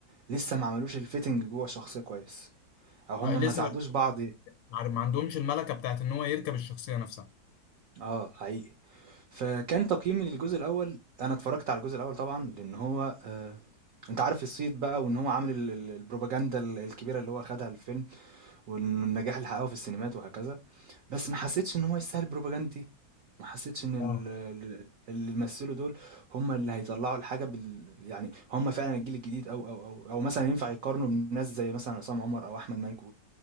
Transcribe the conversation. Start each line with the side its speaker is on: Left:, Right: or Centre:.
Right: لسه ما عملوش الfitting جوّه الشخصية كويس، أو هم
Left: آه لسه
Right: ما ساعدوش
Left: ما
Right: بعض
Left: ما عندهمش الملكه بتاعت ان هو يركب الشخصيه نفسها
Right: آه، حقيقي. فكان تقييمي للجزء الاول انا اتفرجت على الجزء الاول طبعا لان هو آه، انت عارف الصيت بقى وان هو عامل ال- ال- البروباجندا ال- الكبيره اللي هو خدها الفيلم والنجاح اللي حققه في السينمات وهكذا بس ما حسيتش ان هو يستاهل البروباجندا دي ما حسيتش ان ال-
Left: اه
Right: ال- اللي مثلوا دول هم اللي هيطلعوا الحاجه بال... يعني هم فعلا الجيل الجديد او او او او مثلا ينفع يقارنوا بناس زي مثلا عصام عمر او احمد مالك